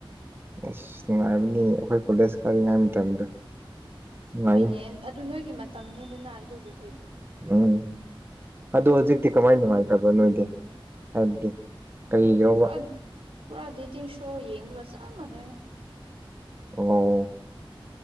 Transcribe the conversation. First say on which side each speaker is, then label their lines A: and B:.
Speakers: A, on the right; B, on the right.
A: ꯑꯁ ꯅꯨꯡꯉꯥꯏꯕꯅꯤ ꯑꯩꯈꯣꯏ ꯀꯣꯂꯦꯖ ꯀꯥꯔꯤꯉꯩ ꯃꯇꯝꯗꯣ ꯅꯨꯡꯉꯥꯏꯌꯦ
B: ꯍꯣꯏꯅꯦ ꯑꯗꯨ ꯅꯣꯏꯒꯤ ꯃꯇꯝꯅꯤꯗꯅ ꯑꯗꯨꯕꯨꯗꯤ
A: ꯎꯝ ꯑꯗꯣ ꯍꯧꯖꯤꯛꯇꯤ
B: ꯅꯣꯏꯒꯤ ꯃꯇꯝ
A: ꯀꯃꯥꯏ ꯅꯨꯡꯉꯥꯏꯇꯕ꯭ꯔ ꯅꯣꯏꯗꯤ ꯍꯥꯏꯕꯗꯤ ꯀꯔꯤꯒꯤꯔꯣꯕ
B: ꯄꯨꯥ ꯄꯨꯔꯥ ꯗꯦꯇꯤꯟ ꯁꯣ ꯌꯦꯡꯕꯒ ꯆꯞ ꯃꯥꯅꯩ
A: ꯑꯣ